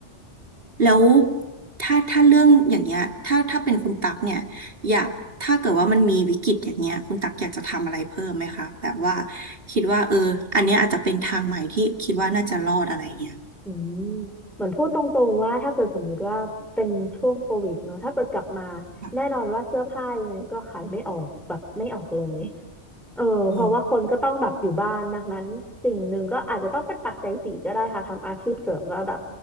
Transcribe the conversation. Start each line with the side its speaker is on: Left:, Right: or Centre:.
Right: แล้วถ้าถ้าเรื่องอย่างเงี้ยถ้าถ้าเป็นคุณตักเนี่ยอยากถ้าเกิดว่ามันมีวิกฤตอย่างเงี้ยคุณตักอยากจะทำอะไรเพิ่มไหมคะแบบว่าคิดว่าเอออันเนี้ยอาจจะเป็นทางใหม่ที่คิดว่าน่าจะรอดอะไรเงี้ย
Centre: อืมเหมือนพูดตรงๆว่าถ้าเกิดสมมุติว่าเป็นช่วงโควิดเนอะถ้าเกิดกลับมา
Right: ค่ะ
Centre: แน่นอนว่าเสื้อผ้ายังไงก็ขายไม่ออกแบบไม่ออกเลยเออเพราะว่าคนก็ต้องแบบอยู่บ้านดังนั้นสิ่งหนึ่งก็อาจจะต้องเป็นปัจจัยสี่ก็ได้ค่ะทำอาชีพเสริมก็แบบ
Right: อืม